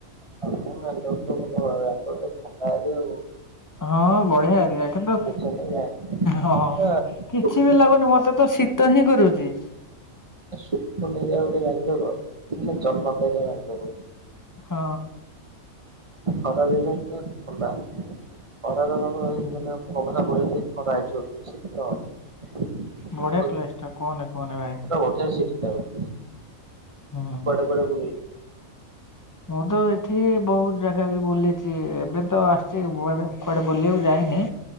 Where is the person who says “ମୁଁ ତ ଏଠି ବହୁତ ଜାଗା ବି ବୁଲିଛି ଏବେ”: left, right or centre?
Left